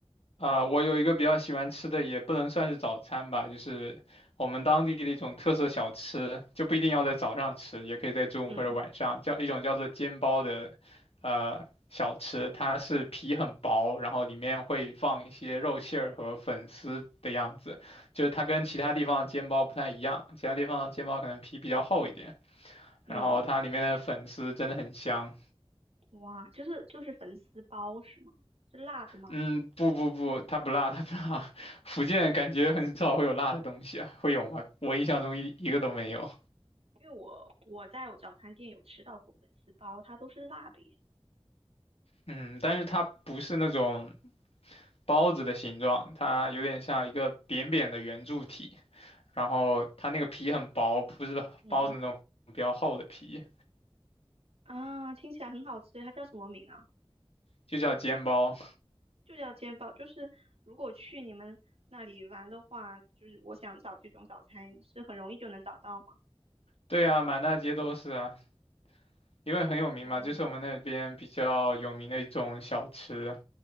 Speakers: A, on the left (about 85°); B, on the right (about 85°).
A: 啊、我有一个比较喜欢吃的，也不能算是早餐吧，就是我们当地的一种特色小吃，就不一定要在早上吃，也可以在中午或者晚上，
B: 嗯
A: 叫一种叫做煎包的，呃，小吃，它是皮很薄，然后里面会放一些肉馅儿和粉丝的样子，就是它跟其他地方的煎包不太一样，其他地方的煎包可能皮比较厚一点，
B: 嗯，
A: 然后它里面的粉丝真的很香。
B: 哇，就是就是粉丝包是吗？是辣的吗？
A: 嗯，不不不，它不辣，它不辣。<laughs> 福建感觉很少会有辣的东西啊，会有吗？我印象中一一个都没有。
B: 因为我我在我早餐店有吃到过粉丝包，它都是辣的耶。
A: 嗯，但是它不是那种包子的形状，它有点像一个扁扁的圆柱体，然后它那个皮很薄，不是包子那种比较厚的皮，
B: 嗯啊，听起来很好吃，它叫什么名啊？
A: 就叫煎包。
B: 就叫煎包，就是如果去你们那里玩的话，就是我想找这种早餐是很容易就能找到吗？
A: 对啊，满大街都是啊，因为很有名嘛，
B: 嗯
A: 就是我们那边比较有名的一种小吃。